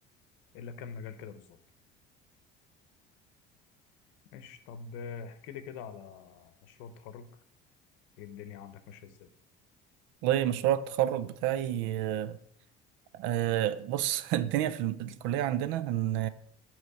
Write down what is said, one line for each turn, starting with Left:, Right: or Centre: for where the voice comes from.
Left: إلا كم مجال كده بالظبط ماشي طب آه، احكي لي كده على مشروع التخرج إيه الدنيا عندك ماشية إزاي
Right: والله مشروع التخرج بتاعي آه آه، بص <laughs> الدنيا في الكلية عندنا إن